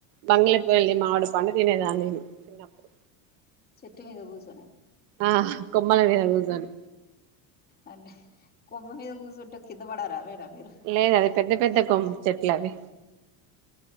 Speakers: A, on the right; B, on the left.
A: బంగిలి పళ్ళి మావిడి పండు తినేదాన్ని చిన్నప్పుడు
B: చెట్టు మీద కూస్
A: ఆ కొమ్మల మీద గుసోని
B: అ కొమ్మ మీద కూసుంటే కింద బడరా మేడం మీరు
A: లేదు అది పెద్ద పెద్దకొ చెట్లవ్వి